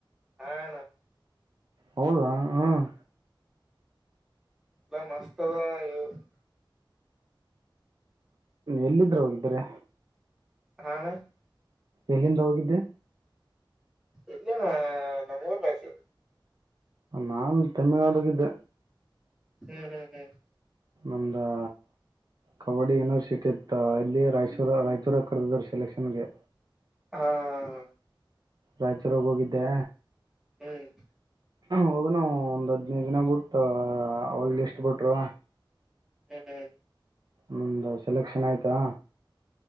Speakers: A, in the centre; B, on the right.
A: ಹಲೋ.
B: ಹೌದಾ ಹ್ಮ್
A: ಇಲ್ಲ ಮಸ್ತ್ಗ <unintelligible>
B: ಎಲ್ಲಿದ್ರೂ ಅವ್ರ್ ಇಬ್ರೇ
A: <unintelligible>
B: ಎಲ್ಲಿಂದ ಹೋಗಿದ್ದೆ
A: ಇಲ್ಲಣ ನಮ್ಮ್ ಊರ್ ಲಾಚೆ
B: ನಾನು ತಮಿಳ್ ನಾಡ್ ಹೋಗಿದ್ದೆ
A: ಹ್ಮ್ ಹ್ಮ್ ಹ್ಮ್
B: ಒಂದಾ... ಕಬಡ್ಡಿ ಯೂನಿವರ್ಸಿಟಿ ಇತ್ತ ಇಲ್ಲಿ ರಾಯಚೂರ್ ರಾಯಚೂರ ಕರ್ದಾರೆ ಸೆಲೆಕ್ಷನ್ ಗೆ
A: ಹಾಂ
B: ರಾಯಚೂರಾಗ ಹೋಗಿದ್ದೆ
A: ಹ್ಮ್
B: ಹೋಗ ನಾವು ಒಂದು ಹದಿನೈದು ದಿನ ಬಿಟ್ಟು ಅವಳ್ಳ ಇಷ್ಟು ಬಿಟ್ರು
A: ಹ್ಮ ಹ್ಮ
B: ನಮ್ದ ಸೆಲೆಕ್ಷನ್ ಆಯ್ತಾ